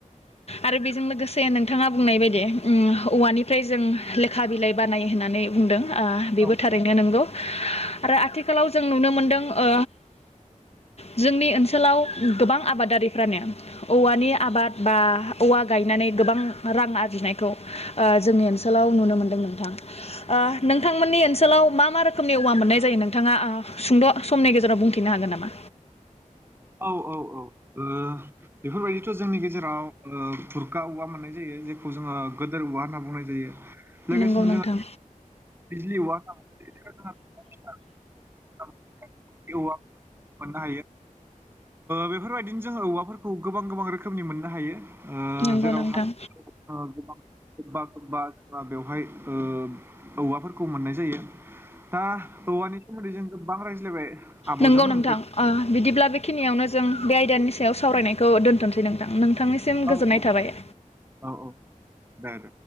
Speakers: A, on the left (about 50°); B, on the right (about 15°).
A: आरो बेजों लोगोसे। से नोंथाङा बुंनाय बायदि औवानिफ्राय जों लेखा बिलाइ बानायो होननानै बुंदों। बेबो
B: औ
A: थारैनो नंगौ। आरो आथिखालाव जों नुनो मोनदों ओ जोंनि ओनसोलाव गोबां आबादारिफ्रानो औवानि आबाद बा औवा गायनानै गोबां रां आरजिनायखौ ओ जोंनि ओनसोलाव नुनो मोनो। मोन्दों नोंथां ओ नोंथांमोननि ओनसोलाव मा मा रोखोमनि औवा मोननाय जायो नोंथाङा ओ सुंद' समनि गेजेराव बुंथिनो हागोन नामा
B: औ - औ औ बेफोरबायदिथ' जोंनि गेजेराव बुरखा औवा मोननाय जायो जेखौ जोङो गोदोर औवा होनना बुंनाय जायो। लोगोसेनो
A: नंगौ नोंथां
B: जों बिजलि औवा होनना बुंनाय जायो। औवा मोननो हायो। बेफोरबायदिनो जोङो औवाफोरखौ गोबां गोबां रोखोमनि मोननो हायो। ओ
A: नंगौ
B: जेरावहाय
A: नोंथां
B: जों गोबां गोबां बा बेवहाय ओ औवाफोरखौ मोननाय जायो दा औवानि सोमोन्दै जों। बां रायज्लायबाय। आब'जों
A: नंगौ नोंथां
B: ओमफ्राय
A: बिदिब्ला बेखिनियावनो। जों बे आयदानि सायाव सावरायनायखौ दोन्थ'सै नोंथां नों। नोंथांनिसिम गोजोननाय
B: औ औ
A: थाबाय।
B: औ औ दे दे